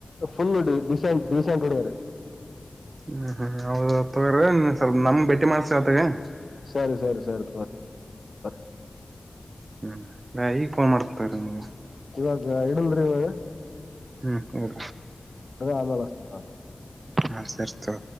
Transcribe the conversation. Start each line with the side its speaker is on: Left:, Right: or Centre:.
Left: ಫುಲ್ ಡೀಸೆಂಟ್ ಡೀಸೆಂಟ್ ಹುಡುಗರೇ <unintelligible>
Right: ಹ್ಮ್ ಹ್ಮ್ ಹೌದ ತಗ್ರ ಸ್ವಲ್ಪ ನಮ್ ಭೇಟಿ ಮಾಡ್ಸ ಆತ್ತಗ <unintelligible>
Left: ಸರಿ ಸರಿ ಸರಿ <unintelligible>
Right: ಹ್ಮ್ ನಾನೀಗ್ ಫೋನ್ ಮಾಡ್ತೀನ್ ತಡಿ ನಿಂಗೆ.
Left: ಇವಾಗ ಇಡಲ್ರಿ ಇವ
Right: ಹ್ಮ್ ಹಾ
Left: ಆಮೇಲೆ ಅಷ್ಟಂತ
Right: <inaudible>